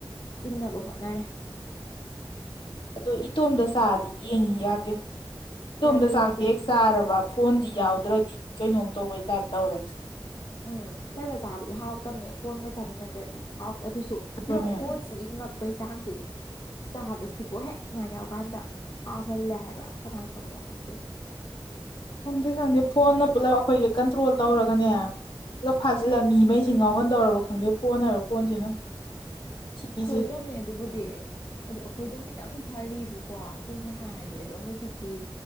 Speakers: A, on the left; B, on the left.
A: ꯏꯟꯅꯕ ꯍꯣꯠꯅꯔꯦ
B: ꯑꯗ ꯏꯇꯣꯝꯗ ꯆꯥꯗꯤ ꯌꯦꯡꯉꯤ ꯌꯥꯗꯦ ꯏꯇꯣꯝꯗ
A: ꯌꯥꯗꯦ
B: ꯆꯥ
A: ꯌꯥꯗꯦ
B: ꯆꯥꯔꯕ ꯐꯣꯟꯗꯤ ꯌꯥꯎꯗ꯭ꯔꯗꯤ ꯀꯩꯅꯣꯝ ꯇꯧꯕꯩ ꯇꯥꯏꯞ ꯇꯧꯔꯦ
A: ꯎꯝ ꯏꯊꯟꯒ ꯆꯥꯕꯗꯤ ꯍꯥꯎꯇꯕꯅꯦ ꯐꯣꯟꯒ ꯆꯥꯃꯤꯟꯅꯗ꯭ꯔꯗꯤ ꯍꯥꯎꯗꯦ ꯑꯗꯨꯁꯨ
B: ꯑꯗꯨꯅꯦ
A: ꯌꯦꯡꯉꯣ ꯐꯣꯟ ꯁꯤꯒꯤ ꯉꯛꯄꯩ ꯆꯥꯡꯁꯦ ꯆꯥꯕꯁꯤꯕꯨ ꯍꯦꯛ ꯃꯃꯥꯏꯅ ꯌꯥꯎꯀꯥꯟꯗ ꯍꯥꯎꯍꯜꯂꯦ ꯍꯥꯏꯕ ꯀꯃꯥꯏꯅ ꯇꯧꯕꯅꯣ ꯈꯪꯗꯦ
B: ꯈꯪꯗꯦꯗ ꯐꯣꯟꯅ ꯄꯨꯂꯞ ꯑꯩꯈꯣꯏꯒꯤ ꯀꯟꯇ꯭ꯔꯣꯜ ꯇꯧꯔꯒꯅꯦ ꯄꯨꯂ ꯐꯥꯖꯤꯜꯂꯃꯤ ꯃꯩꯁꯤꯡ ꯉꯥꯎꯍꯟꯗꯧꯔꯕ ꯈꯪꯗꯦ ꯐꯣꯟ ꯍꯥꯏꯕ ꯐꯣꯟꯁꯤꯅ ꯊꯤꯕꯤꯁꯦ
A: ꯁꯣꯏꯗ꯭ꯔꯕꯅꯦ ꯑꯗꯨꯕꯨꯗꯤ ꯑꯗꯣ ꯑꯩꯈꯣꯏ ꯑꯗꯨꯝ ꯈꯤꯇꯪ ꯐꯔꯤꯕꯀꯣ ꯁꯦꯡꯅ ꯍꯥꯏꯔꯗꯤ ꯑꯗꯣ ꯍꯧꯖꯤꯛꯀꯤ